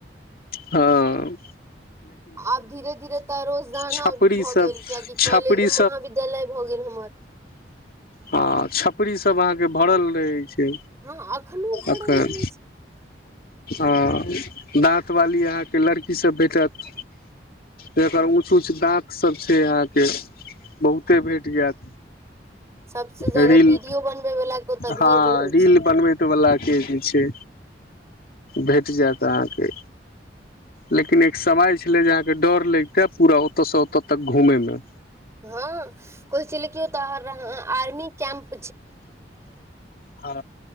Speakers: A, on the left (about 55°); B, on the right (about 15°).
A: हँ
B: आब धीरे धीरे तऽ रोजाना
A: छपरी
B: भऽ
A: सब
B: गेल कियाकि
A: छपरी
B: कॉलेज महाविद्यालय भऽ गेल हम कहत
A: हा छपरी सब अहाँके भरल रहै छै
B: हँ अखनो भरल
A: अखेन
B: रहै छै
A: आ दाँत वाली अहा के लड़की सब भेटत जेकर ऊंच ऊंच दाँत सब छै अहाँके बहुते भेट जायत
B: सबसे ज्यादा
A: रील
B: वीडियो बनबे वाला के ओतऽ
A: हँ
B: भीड़ रहै
A: रील
B: छै
A: बनबेत बला के जे छै भेट जायत अहाँके लेकिन एक समय छलै जे अहाँके डर लैग के पूरा ओतय से ओतय तक घूमे मे
B: हँ कह छलै क ओ तऽ आर्मी कं्प
A: हँ